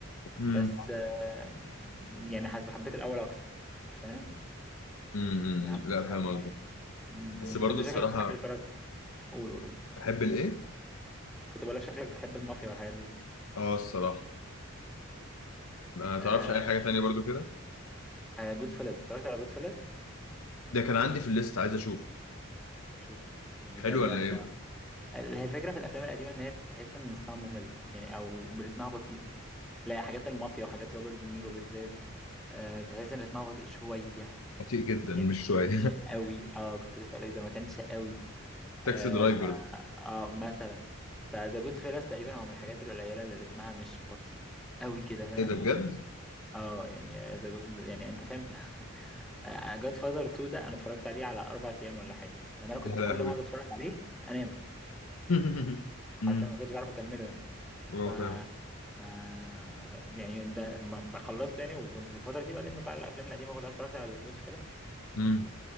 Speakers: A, in the centre; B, on the left.
A: بس
B: امم
A: آه، يعني حاسس حبيت الاول اكتر انت فاهم
B: امم
A: يعني حبيت
B: لا فاهم
A: الاول
B: قصدك
A: يعني م-
B: بس برضو
A: م. بس انت
B: الصراحه
A: شكلك بتحب تتفرج قول قول قول.
B: بحب الايه
A: كنت بقول لك شكلك بتحب المافيا والحاجات دي
B: اه الصراحه ما تعرفش
A: آه
B: اي حاجه تانية برضو كده
A: جود فيلز اتفرجت على جود فيلز
B: ده كان عندي في الليست عايز اشوف
A: بشوفه يعني
B: حلو
A: ده ده
B: ولا ايه
A: ده
B: <laughs> بقى
A: هي الفكره في الافلام القديمه ان هي تحس ان نصها ممل يعني او رتمها بطيء لا حاجات المافيا وحاجات روبرت دينيرو بالذات آه تحس ان رتمها بطيء شويه
B: بطيء جدا
A: يعني
B: مش شويه
A: ما كانش قوي اه كنت لسه اقول لك إذا ما كانش قوي
B: <laughs> تاكسي
A: آه،
B: درايفر
A: ف اه مثلا فذا جود فيلس تقريبا هو من الحاجات القليله اللي رتمها مش بطيء قوي كده فاهم
B: ايه ده بجد
A: اه يعني ذا جود يعني انت فاهم <laughs> جاد فازر 2 ده انا اتفرجت عليه على اربع ايام ولا حاجه لأن انا كنت
B: يا لهوي
A: كل ما اقعد اتفرج عليه انام
B: <laughs>
A: حرفيا
B: امم
A: ما كنتش بعرف اكمله يعني
B: اه
A: ف
B: فاهم
A: ما يعني ده لما خلصته يعني وكنت في الفتره دي بلم بقى الافلام القديمه كلها اتفرجت على ذا جود
B: امم